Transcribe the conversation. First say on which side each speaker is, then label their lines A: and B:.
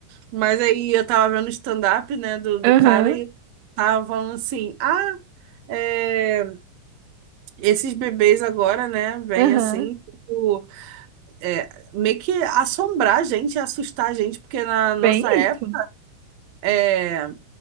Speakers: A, on the right; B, on the right.
A: Mas aí eu tava vendo o stand-up, né, do, do
B: Aham,
A: cara e tava falando assim, ah, é, esses bebês agora, né, vêm
B: aham.
A: assim, tipo, é, meio que assombrar a gente, assustar a gente, porque na nossa
B: Bem
A: época,
B: isso.
A: é,